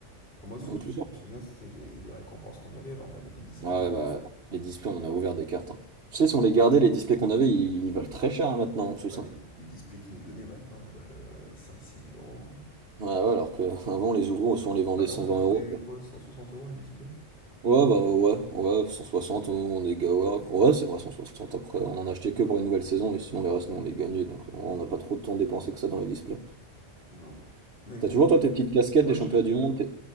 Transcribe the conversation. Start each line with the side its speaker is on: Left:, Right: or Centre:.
Left: Enfin, moi, surtout,
Right: En plus,
Left: ce que
Right: ouais,
Left: je me souviens, c'était les, les récompenses qu'on avait. Là, on avait des displays.
Right: Ouais, bah,
Left: euh,
Right: les displays, on en a ouvert des cartes, hein. Tu sais, si on les gardait, les displays qu'on avait, ils, ils valent très cher, hein, maintenant, en plus,
Left: bah, les,
Right: hein.
Left: les displays qu'ils nous donnaient maintenant, elles valent euh, cinq six mille euros. hein.
Right: Ouais, ouais, alors qu'avant, <laughs> on les ouvrait, on se- on les vendait
Left: Avant,
Right: cent
Left: ça
Right: vingt
Left: coûtait
Right: euros.
Left: quoi? 160 euros une display?
Right: Ouais, bah ouais, ouais, 160, on est ga- ouais, ouais, c'est vrai, 160 après, on en a acheté que pour une nouvelle saison, et sinon les restes, nous, on les gagnait, donc on n'a pas trop de temps dépensé que ça dans les displays.
Left: Non. Mais
Right: T'as
Left: d'ailleurs,
Right: toujours, toi, tes petites casquettes
Left: ouais,
Right: des championnats
Left: j'ai tout.
Right: du monde? t'es-